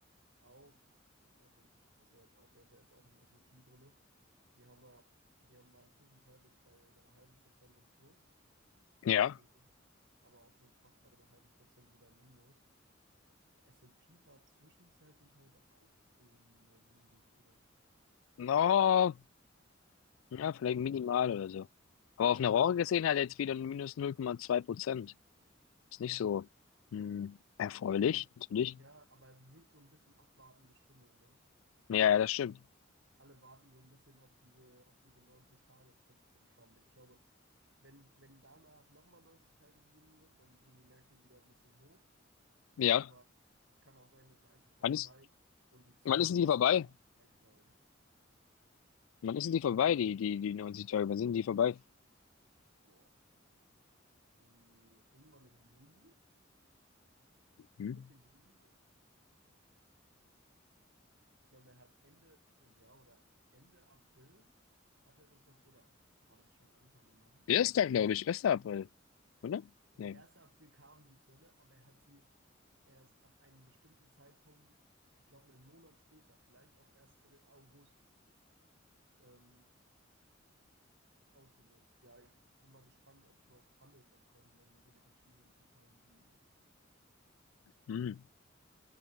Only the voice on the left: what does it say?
Ja.
No, ja, vielleicht
minimal oder so.
Aber auf eine
Woche
gesehen hat er jetzt wieder ein minus 0,2 Prozent. Ist nicht so hm, erfreulich,
natürlich.
Ja, ja, das stimmt.
Ja.
Wann ist,
wann ist denn
die vorbei?
Wann ist denn die vorbei, die, die, die 90 Tage? Wann sind die vorbei?
Hm?
Erster, glaube ich, 1. April, oder?
Nee.
Hm.